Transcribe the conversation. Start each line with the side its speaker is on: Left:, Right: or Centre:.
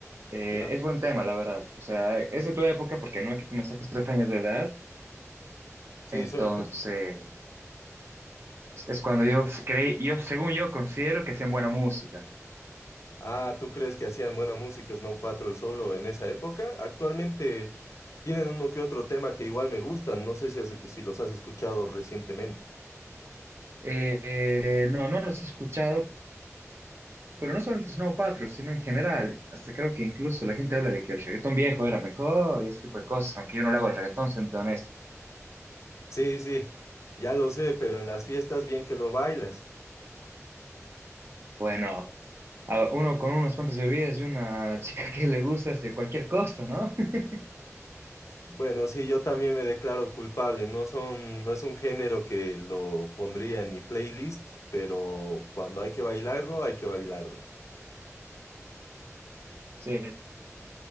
Right: Eh,
Left: ¿Ya?
Right: es buen tema, la verdad. O sea, es de tu época porque no es que tú me saques tres años de edad.
Left: Sí,
Right: Entonces,
Left: soy... <laughs>
Right: es, es cuando yo creí, yo, según yo, considero que hacen buena música.
Left: Ah, ¿tú crees que hacían buena música Snow Patrol solo en esa época? Actualmente tienen uno que otro tema que igual me gustan. No sé si, has- si los has escuchado recientemente.
Right: Eh, eh, no, no los he escuchado, pero no solamente Snow Patrol, sino en general. Hasta creo que incluso la gente habla de que el reggaetón viejo era mejor y ese tipo de cosas, aunque yo no le hago el reggaetón, siendo honesto.
Left: Sí, sí, ya lo sé, pero en las fiestas bien que lo bailas.
Right: Bueno. a uno con unas cuantas bebidas y una chica <laughs> que le gusta este, cualquier costo, ¿no? <laughs>
Left: Bueno, sí, yo también me declaro culpable. No son, no es un género que lo pondría en mi playlist, pero cuando hay que bailarlo, hay que bailarlo.
Right: Sí,